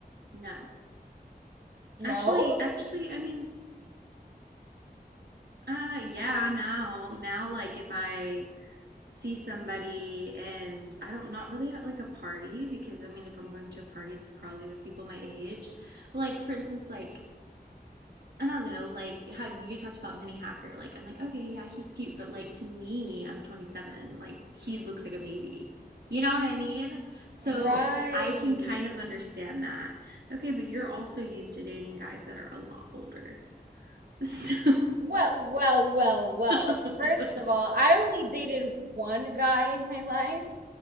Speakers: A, on the right (about 75°); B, on the right (about 60°).
A: No.
B: No?
A: Actually, actually, I mean, uh, yeah, now, now, like if I see somebody and I don't, not really at like a party, because I mean, if I'm going to a party, it's probably with people my age. But like, for instance, like I don't know, like how you talked about Vinny Hacker. Like, I'm like, okay, yeah, he's cute, but like to me, I'm 27. Like, he looks like a baby. You know what I mean? So
B: Right.
A: I can kind of understand that. Okay, but you're also used to dating guys that are a lot older. So.
B: Well, well, well, well.
A: <laughs>
B: First of all, I only dated one guy in my life,